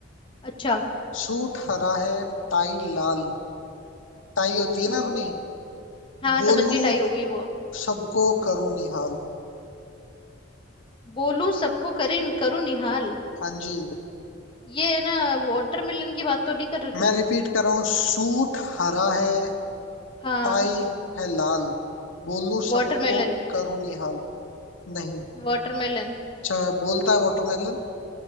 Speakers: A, on the left (about 25°); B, on the left (about 80°).
A: अच्छा
B: सूट हरा है टाई लाल टाई
A: हम्म
B: होती है ना अपनी
A: हाँ
B: बोलूं
A: समझ गई टाई हो गई वो
B: सबको करूं निहाल
A: बोलूं सबको करी करूं निहाल
B: हाँ जी
A: ये है ना वाटरमेलन की बात तो नहीं कर रहे
B: मैं
A: तुम
B: रिपीट कर रहा हूँ सूट हरा है
A: हाँ
B: टाई है लाल बोलूं सबको
A: वाटरमेलन
B: करूं निहाल नहीं
A: वाटरमेलन
B: अच्छा बोलता है वाटरमेलन